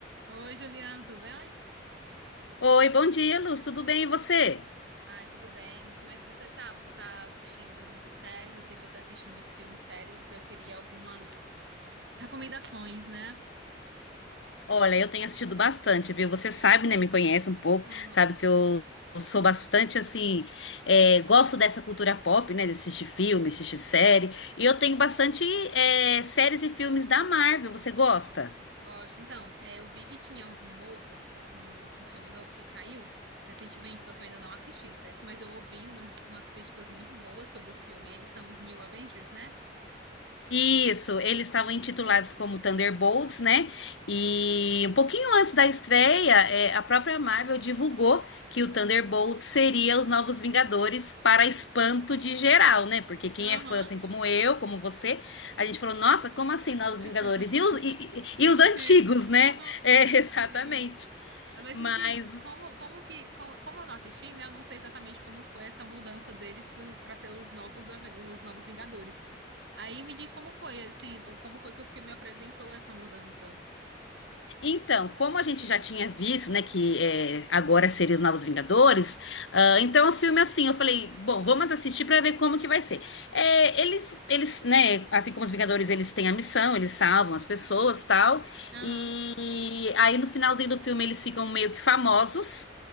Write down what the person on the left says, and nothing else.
Oi, bom dia, Luz. Tudo bem e você?
Olha, eu tenho assistido bastante, viu? Você sabe, né? Me conhece um pouco,
sabe que eu eu sou bastante assim, é, gosto dessa cultura pop, né? De assistir filme, assistir série. E eu tenho bastante é, séries e filmes da Marvel. Você gosta?
Isso, eles estavam intitulados como Thunderbolts, né? E um pouquinho antes da estreia, é, a própria Marvel divulgou que o Thunderbolts seria os novos Vingadores para espanto de geral, né? Porque quem
é fã, assim como eu, como você, a gente falou, nossa, como assim novos
Vingadores? E os, e,
e- e
os
antigos, né?
É, <laughs> exatamente.
Mas
Então, como a gente já tinha visto, né, que é, agora seria os Novos Vingadores, ah, então o filme é assim, eu falei, bom, vamos assistir pra ver como que vai ser. É, eles, eles, né, assim como os Vingadores, eles têm a missão, eles salvam as pessoas, tal.
E aí no finalzinho do filme eles ficam meio que famosos,